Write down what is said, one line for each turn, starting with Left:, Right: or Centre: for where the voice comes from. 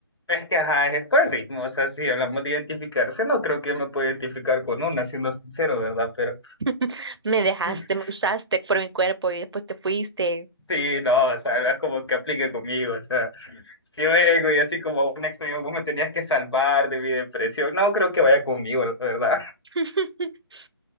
Left: Es que, ajá, es por el ritmo. O sea, si hablamos de identificarse, no creo que yo me pueda identificar con una, siendo sincero, ¿verdad? Pero
Right: <laughs> Me dejaste,
Left: <laughs>
Right: me usaste por mi cuerpo y después te fuiste.
Left: sí, no, o sea, es como que aplique conmigo, o sea. Sí, ego y así como un extraño, vos me tenías que salvar de mi depresión. No creo que vaya conmigo, la verdad. <laughs>
Right: <laughs>